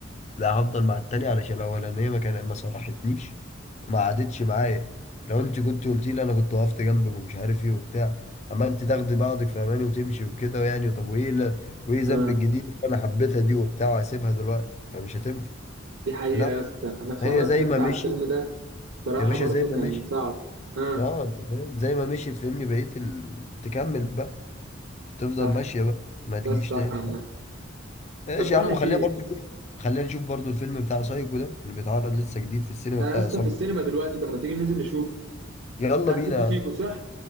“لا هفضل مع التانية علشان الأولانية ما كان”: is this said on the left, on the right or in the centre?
Left